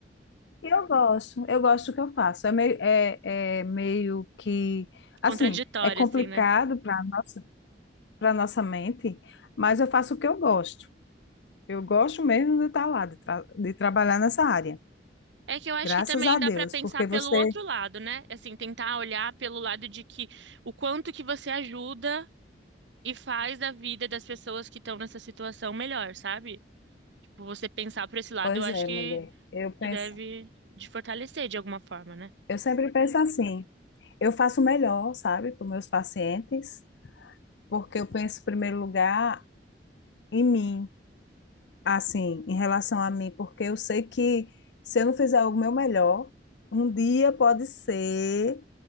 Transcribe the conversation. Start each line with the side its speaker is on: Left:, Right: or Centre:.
Left: E eu gosto, eu gosto do que eu faço. É meio, é, é meio que, assim,
Right: Contraditório,
Left: é complicado
Right: assim, né?
Left: para nossa, para nossa mente, mas eu faço o que eu gosto. Eu gosto mesmo de estar lá, de, tra- de trabalhar nessa área.
Right: É que eu acho
Left: Graças
Right: que também
Left: a
Right: dá
Left: Deus,
Right: para pensar
Left: porque
Right: pelo
Left: você.
Right: outro lado, né? Assim, tentar olhar pelo lado de que o quanto que você ajuda e faz a vida das pessoas que estão nessa situação melhor, sabe? Tipo, você pensar por esse lado,
Left: Pois
Right: eu acho
Left: é,
Right: que,
Left: mulher. Eu penso,
Right: que deve te fortalecer de alguma forma, né?
Left: eu sempre penso assim. Eu faço o melhor, sabe, para os meus pacientes, porque eu penso em primeiro lugar em mim. assim, em relação a mim, porque eu sei que se eu não fizer o meu melhor, um dia pode ser